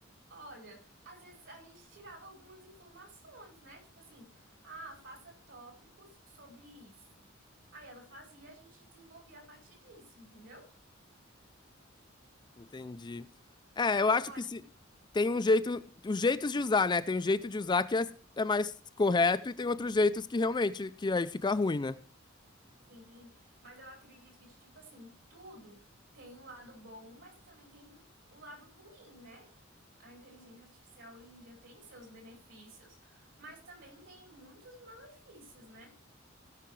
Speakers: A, on the right (about 70°); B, on the left (about 20°).
A: Olha, às vezes a gente tirava algumas informações, né? Tipo assim, ah, faça tópicos sobre isso. Aí ela fazia, e a gente desenvolvia a partir disso, entendeu?
B: Entendi. É,
A: Mas
B: eu
A: eu
B: acho
A: acho
B: que se
A: que
B: tem um jeito, os jeitos de usar, né? Tem um jeito de usar que é, é mais correto
A: sim,
B: e tem outros jeitos que realmente que aí fica ruim, né?
A: sim. Mas eu acredito que, tipo assim, tudo tem o lado bom, mas também tem o lado ruim, né? A inteligência artificial hoje em dia tem seus benefícios, mas também tem muitos malefícios, né?